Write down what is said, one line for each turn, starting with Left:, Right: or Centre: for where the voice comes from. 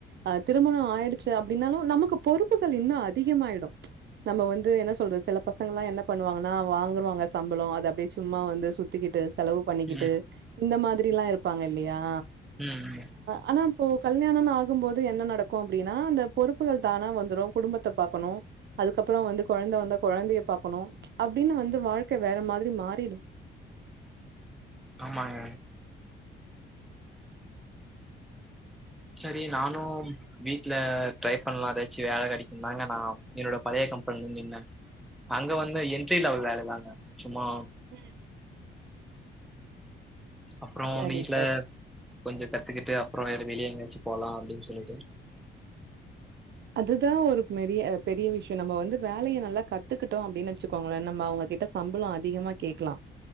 Right: அ திருமணம் ஆயிடுச்சு அப்டின்னாலும் நமக்கு பொறுப்புகள் இன்னும் அதிகமாயிடும் நம்ம வந்து என்ன சொல்றது சில பசங்க எல்லாம் என்ன பண்ணுவாங்கன்னா வாங்கறவாங்க சம்பளம் அது அப்டியே சும்மா வந்து சு த்திக்கிட்டு செலவு பண்ணிக்கிட்டு
Centre: ம்
Right: இந்த மாரி எல்லா இருப்பாங்க இல்லயா
Centre: ம் ம்
Right: ஆனா இப்போ கல்யாணம்னு ஆகும் போது என்ன நடக்கும் அப்டின்னா அந்த பொறுப்புகள் தானா வந்துரும் குடும்பத்த பாக்கணு அதுக்கப்பறம் வந்து கொழந்த வந்தா கொழந்தைய பாக்கணும் அப்டின்னு வந்து வாழ்க்கை வேற மாரி மாறிடும்
Centre: ஆமாங்க செரி நானு வீட்ல ட்ரை பண்ணலா எதாச்சு வேல கிடைக்கு தாங்க நா என்னோட பழைய கம்பெனிலந்து நின்னே அங்க வந்து என்ட்ரி லெவல் வேலதாங்க சும்மா
Right: ம்
Centre: அப்றோ
Right: சரி
Centre: வீட்ல
Right: சரி
Centre: கொஞ்சோ கத்துக்கிட்டு அப்றோ வேற வெளியே எங்கயாச்சி போலா அப்டின்னு சொல்லிட்டு
Right: அதுதா ஒரு மெரிய பெரிய விஷயம் நம்ம வந்து வேலையை நல்லா கத்துக்கிட்டோ அப்டின்னு வச்சுக்கோங்களே நம்ம அவங்ககிட்ட சம்பள அதிகமா கேக்கலா